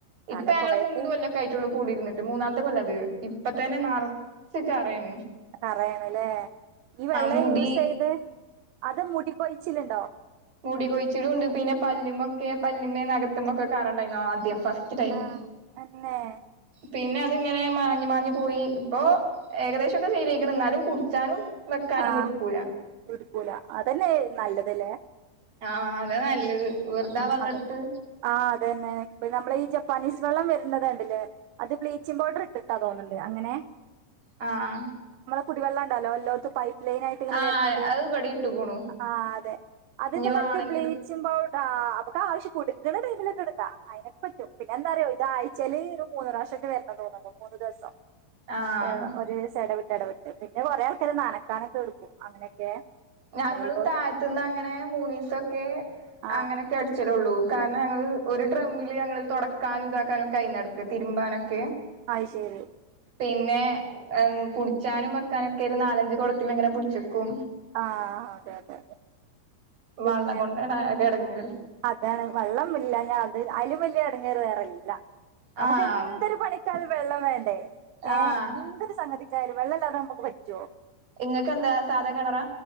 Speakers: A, on the right; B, on the right.
A: അങ്ങനെ
B: ഇപ്പൊ ഞങ്ങള്
A: കൊഴല്
B: മൂന്ന് കൊല്ലൊക്കെ ആയിട്ടുള്ളൂ കൂടിട്ട് എന്നിട്ട് മൂന്നാമത്തെ കൊല്ലാത് ഇപ്പൊ തന്നെ നാറെ <unintelligible>
A: കറയാണ് ല്ലേ ഈ വെള്ളം
B: മുടി
A: യൂസ് ചെയ്ത് അത് മുടി കൊയിച്ചില്ണ്ടോ
B: മുടികൊയിച്ചിലും ഉണ്ട് പിന്നെ പല്ലി മൊക്കെ പല്ല്മ്മേ നഖത്തുമൊക്കെ കറണ്ടായിരുന്നു ആദ്യം ഫസ്റ്റ് ടൈം
A: ആ അന്നെ
B: പിന്നെ അതിങ്ങനെ മാഞ്ഞു മാഞ്ഞു പോയി ഇപ്പൊ ഏകദേശമൊക്കെ ശരിയായിക്കണ് എന്നാലും കുടിച്ചാനും വെക്കാനും
A: ആ
B: ഒന്നും എടുക്കൂല
A: എടുക്കൂല അതന്നെ നല്ലതല്ലേ
B: ആ അതാ നല്ലത് വെറുതാ
A: ആ
B: വള്ളടുത്ത്
A: അതന്നെ ആ അതുതന്നെ ഇപ്പ നമ്മൾ ഈ ജപ്പാനീസ് വെള്ളം വരുന്നുന്നത് കണ്ടില്ലേ അത് ബ്ലീച്ചിങ് പൗഡർ ഇട്ടിട്ടാ തോന്നുന്നുണ്ട് അങ്ങനെ
B: ആ ആ
A: കുടിവെള്ളംണ്ടല്ലോ എല്ലോത്തു പൈപ്പ് ലൈനായിട്ടിങ്ങനെ
B: ആഹ്
A: വരുന്നത്
B: അത് ഇവിടെ ഇട്ടുക്കുണു
A: ആ അതെ അതെന്താ
B: ഇനി
A: മറ്റേ
B: വാണെങ്കി
A: ബ്ലീച്ചിങ്‌
B: എടു
A: പൗഡ ആ അമ്മക്ക് ആവശ്യ കൊടുക്കുന്ന ടൈമിലൊക്കെ എടുക്കാം അതിനൊക്കെ പറ്റും പിന്നെ എന്താറിയോ ഇതായ്ച്ചാല് ഒരു മൂന്ന് പ്രാവശ്യമൊക്കെ വരണ തോന്നുന്നു മൂന്ന് ദിവസം
B: ആഹ്
A: ആ ഒരു ദിവസം എട വിട്ട് ഇടപെട്ട് പിന്നെ കൊറെ ആൾക്കാര് നനക്കാനൊക്കെ എടുക്കും അങ്ങനെയൊക്കെ
B: ഞങ്ങളും
A: എല്ലോ-
B: താഴത്തുന്ന് അങ്ങനെ മൂന്നീസൊക്കെ
A: ആ
B: അങ്ങനൊക്കെ അടിച്ചലുള്ളൂ കാരണം ഞങ്ങള് ഒരു ഡ്രമ്മില് ഞങ്ങള് തൊടക്കാനും ഇതാക്കാനൊക്കെ അയി നടക്കുക തിരുമ്പാനൊക്കെ
A: അയിശരി
B: പിന്നെ കുടിച്ചാനും വെക്കാനൊക്കെ ഒരു നാലഞ്ച് കുടത്തിലിങ്ങനെ പിടിച്ചേക്കും
A: ആ അതെ അതെ അതെ പിന്നെ
B: വള്ളം കൊണ്ടാണ് ആകെ എടങ്ങേറ്
A: അതാണ് വെള്ളം ഇല്ലാഞ്ഞ അത് അയിലുംവല്ല്യ ടങ്ങേറ് വേറെല്ല നമുക്ക്
B: ആഹ്
A: എന്തൊരു പണിക്കാലും വെള്ളം വേണ്ടേ? ഏ
B: ആഹ്
A: എന്തൊരു സംഗതി ആയാലും വെള്ളല്ലാതെ നമുക്ക് പറ്റുമോ?
B: ഇങ്ങക്കെന്താ സാധാ കെണറാ?